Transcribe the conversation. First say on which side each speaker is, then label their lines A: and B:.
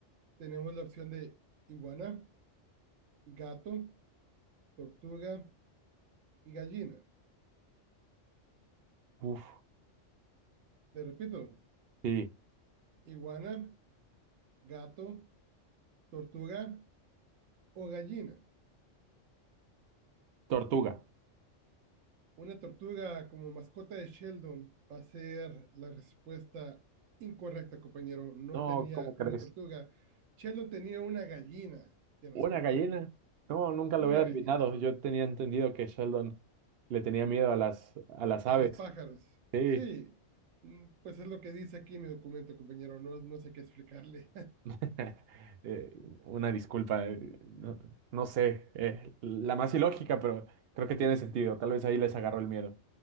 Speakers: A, on the right; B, on the right.
A: Tenemos la opción de iguana, gato, tortuga y gallina.
B: Uf,
A: Le repito,
B: sí.
A: iguana, gato, tortuga o gallina.
B: Tortuga.
A: Una tortuga como mascota de Sheldon va a ser la respuesta incorrecta, compañero. No
B: No,
A: tenía
B: ¿cómo crees?
A: una tortuga. Sheldon tenía una gallina de mascota.
B: ¿Una gallina? No, nunca lo
A: Una
B: hubiera adivinado.
A: gallina.
B: Yo tenía entendido que Sheldon le tenía miedo a las, a las
A: A
B: aves.
A: los pájaros.
B: Sí.
A: Sí, mm, pues es lo que dice aquí mi documento, compañero. No, no sé qué explicarle.
B: <laughs> Eh, una disculpa. eh, No, no sé. eh, la más ilógica, pero creo que tiene sentido. Tal vez ahí les agarró el miedo.